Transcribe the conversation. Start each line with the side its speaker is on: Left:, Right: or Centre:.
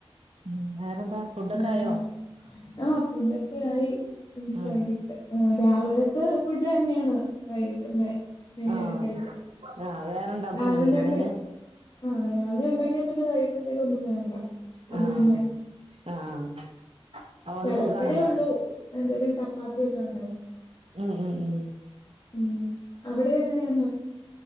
Right: ഉം വേറെന്താ ഫുഡൊക്കെ
Left: ഏഹ്
Right: ആയോ
Left: <unintelligible> ായി പിെ <unintelligible>
Right: ഉം
Left: വൈകിട്ട് രാവിലത്തെ ഫുഡ് തന്നെയാണ് വൈകിട്ടത് <inaudible> നട്ട
Right: ആഹ്
Left: കഴിക്കില്ല
Right: ആഹ് വേറെ ഇണ്ടാക്കൊന്നുല്ലല്ലേ
Left: രാമാട <unintelligible>
Right: പിന്നെ
Left: ആഹ രാവിലെ ഉണ്ടാക്കിയ പിന്നെ കഴ ഇത്തേ <unintelligible> ഇത് ഒന്നും വേണ്ട അത്
Right: ആഹ്
Left: തന്നെ
Right: ആഹ് അതുകൊണ്ട്
Left: ചിലപ്പഴേ
Right: സുഖാണല്ലോ
Left: ഉള്ളൂ എന്തെലും ചപ്പാത്തി ഒക്കെയുണ്ടാക്കും
Right: ഉം ഉം ഉം
Left: ഉം അവിടെ എങ്ങനെയാ